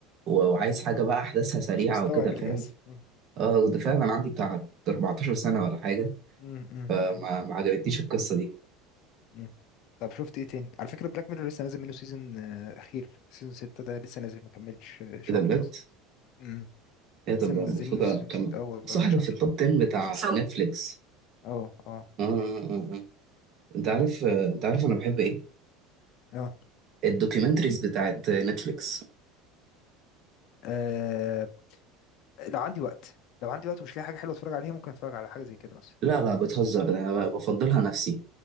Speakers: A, on the right (about 35°); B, on the left (about 50°).
A: و- وعايز حاجة بقى احداثها سريعة
B: مش مستوعب
A: وكده
B: اللي
A: فاهم
B: بيحصل مم.
A: اه ده فعلا عندي بتاع 14 سنة ولا حاجة
B: مم. مم.
A: ما,
B: مم.
A: ما عجبتنيش القصة دي
B: مم. طب شفت ايه تاني على فكرة بلاك ميرور لسه نازل منه سيزون آه، اخير سيزون ستة ده لسه نازل ما كملش آه، شهر
A: ايه ده بجد
B: مثلا مم.
A: ايه ده
B: لسه
A: بجد؟
B: نازل
A: المفروض
B: منه
A: اكمل
B: سيزون جديد اه والله
A: صح
B: من
A: ده
B: شهر
A: في التوب
B: آه.
A: 10 بتاع سو نتفليكس
B: اه اه
A: اه آه، آه، آه. انت عارف آه، انت عارف انا بحب ايه
B: اه
A: الدوكيومنتريز بتاعت نتفليكس
B: آه، لو عندي وقت لو عندي وقت ومش لاقي حاجه حلوه اتفرج عليها ممكن اتفرج على حاجه زي كده مثلا
A: لا لا بتهزر ده انا بفضلها نفسي